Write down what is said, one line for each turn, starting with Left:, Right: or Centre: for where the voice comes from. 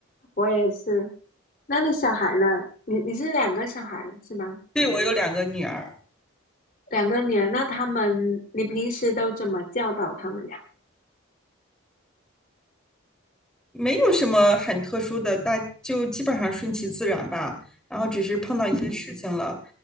Left: 我也是。那你小孩呢？你你是两个小孩是吧？
Centre: 对，我有两个女儿，
Left: 两个女儿，那他们，你平时都怎么教导他们呀？
Centre: 没有什么很特殊的，大就基本上顺其自然吧。然后只是碰到一些事情了，